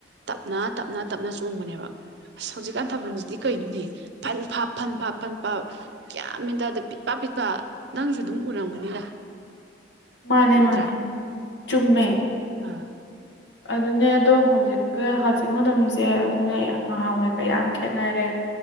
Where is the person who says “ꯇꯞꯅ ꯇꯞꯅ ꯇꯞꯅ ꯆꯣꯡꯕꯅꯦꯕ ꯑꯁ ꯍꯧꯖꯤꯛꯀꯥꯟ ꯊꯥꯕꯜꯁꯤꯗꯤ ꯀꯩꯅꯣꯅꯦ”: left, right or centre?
Right